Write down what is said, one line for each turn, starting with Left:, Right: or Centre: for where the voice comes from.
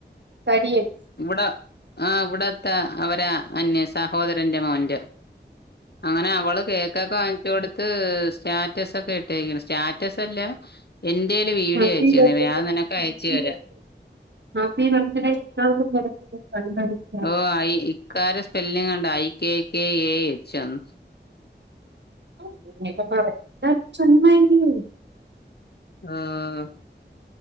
Right: തടിയൻ
Left: ഇവിട ആഹ് ഇവിടത്തെ അവരാ അന്നെ സഹോദരന്റെ മോന്റെ അങ്ങനെ അവള് കേ ക്കൊക്കെ വാങ്ങിച്ചു കൊടുത്ത് സ്റ്റാറ്റസ് ഒക്കെ ഇട്ടരിക്ക്ണ് സ്റ്റാറ്റസ് അല്ല എന്റെല് വീഡിയോ
Right: ഹാപ്പി
Left: അയച്
Right: ബർത്ത്ഡേ
Left: തന്ന് ഞാൻ നിനക്ക്‌
Right: ഹാപ്പി
Left: അയച്ചു തരാ
Right: ബർത്ത്ഡേ ഹാപ്പി ബർത്ത്ഡേ <inaudible>
Left: ഓഹ് ഇക്കാന്റെ സ്പെല്ലിങ്ങ് കണ്ട I K K A H ന്ന്
Right: <inaudible>
Left: ആഹ്